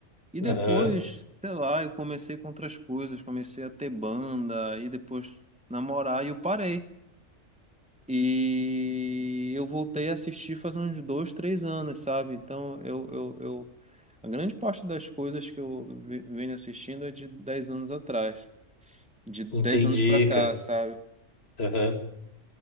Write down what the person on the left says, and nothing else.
Aham,
entendi,
cara.
Aham.